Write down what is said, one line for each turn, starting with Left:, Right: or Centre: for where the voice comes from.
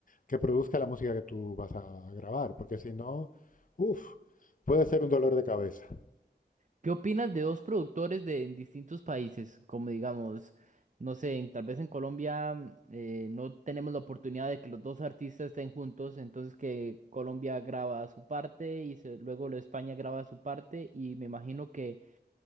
Left: que produzca la música que tú vas a grabar, porque si no, uff, puede ser un dolor de cabeza.
Right: ¿Qué opinas de dos productores de en distintos países? Como digamos, no sé, en- tal vez en Colombia mm, eh, no tenemos la oportunidad de que los dos artistas estén juntos, entonces que Colombia graba su parte y se- luego lo de España graba su parte y me imagino que